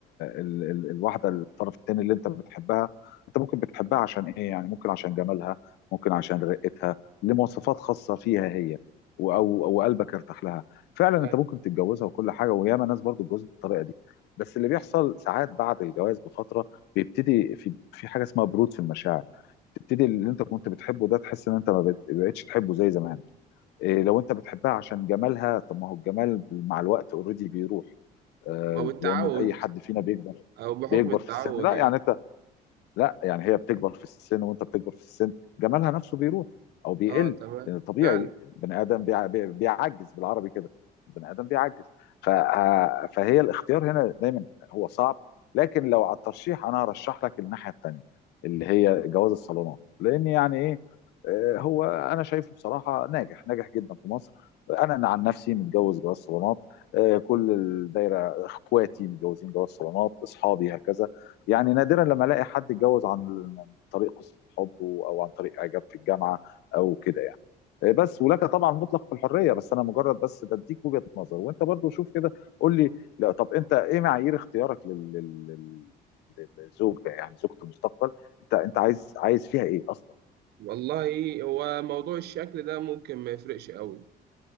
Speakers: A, on the left; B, on the right.
A: ال ال الواحده الطرف التاني اللي انت بتحبها انت ممكن بتحبها عشان ايه يعني ممكن عشان جمالها ممكن عشان رقتها لمواصفات خاصه فيها هي و- او او قلبك ارتاح لها فعلا
B: أيوة
A: انت ممكن تتجوزها وكل حاجه وياما ناس برضو اتجوزت بالطريقه دي بس اللي بيحصل ساعات بعد الجواز بفتره بيبتدي في في حاجه اسمها برود في المشاعر تبتدي اللي انت كنت بتحبه ده تحس ان انت ما بقت- بقتش تحبه زي زمان إيه لو انت بتحبها عشان جمالها طب ما هو الجمال مع الوقت اوريدي بيروح آه
B: أو التعود
A: لان اي حد فينا بيكبر
B: أو بحكم
A: بيكبر
B: التعود
A: في السن لا
B: يعني
A: يعني انت لا يعني هي بتكبر في السن وانت بتكبر في السن جمالها نفسه بيروح او بيقل
B: أه تمام
A: لان طبيعي
B: فعلا
A: البني ادم بيع- بيع- بيعجز بالعربي كده البني ادم بيعجز ف- آه، فهي الاختيار هنا دايما هو صعب لكن لو على الترشيح انا هرشح لك الناحيه الثانيه اللي هي جواز الصالونات لان يعني ايه آه، هو انا شايفه بصراحه ناجح ناجح جدا في مصر انا عن نفسي متجوز جواز صالونات آه، كل الدايره اخواتي متجوزين جواز صالونات اصحابي هكذا يعني نادرا لما الاقي حد اتجوز عن طريق قصه حبه او عن طريق اعجاب في الجامعه او كده يعني آه، بس ولك طبعا مطلق الحريه بس انا مجرد بس بديك وجهه نظر وانت برضو شوف كده قول لي لا طب انت ايه معايير اختيارك لل... لل... للزوجه يعني زوجه المستقبل انت انت عايز عايز فيها ايه اصلا
B: والله هو موضوع الشكل ده ممكن ما يفرقش قوي